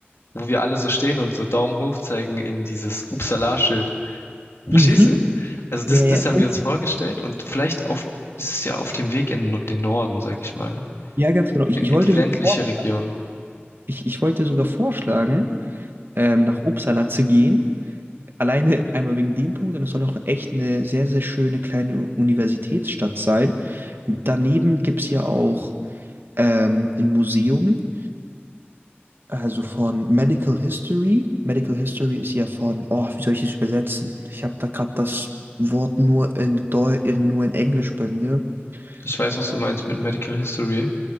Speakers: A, on the left; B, on the right.
A: wo wir alle so stehen und so Daumen hoch zeigen in dieses Uppsala-Schild. Verstehst
B: Mhm.
A: du? Also das,
B: Ja, ja,
A: das haben
B: stimmt.
A: wir uns vorgestellt und vielleicht auf, das ist ja auf dem Weg in den Norden, sage ich mal,
B: Ja, ganz genau. Ich,
A: in,
B: ich
A: in
B: wollte
A: die ländliche
B: sogar vorschlagen,
A: Region.
B: ich, ich wollte sogar vorschlagen, ähm, nach Uppsala zu gehen. Alleine einmal wegen dem Punkt und es soll auch echt eine sehr, sehr schöne kleine Universitätsstadt sein. Daneben gibt es ja auch ähm, ein Museum, also von Medical History. Medical History ist ja von, oh, wie soll ich das übersetzen? Ich habe da gerade das Wort nur in Deu in, nur in Englisch bei mir.
A: Ich weiß, was
B: Ähm,
A: du meinst mit Medical History.